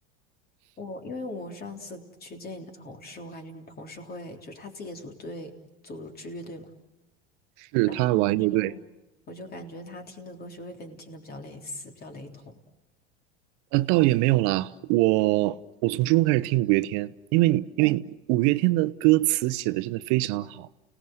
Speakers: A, on the left (about 30°); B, on the right (about 65°).
A: 我因为我上次去见你的同事，我感觉你同事会就是他自己也组队组织乐队嘛。
B: 是他玩乐队，
A: 然后我就我就感觉他听的歌曲会跟你听的比较类似，比较雷同。
B: 呃，倒也没有啦。我我从初中开始听五月天，因为你因为五月天的歌词写的真的非常好。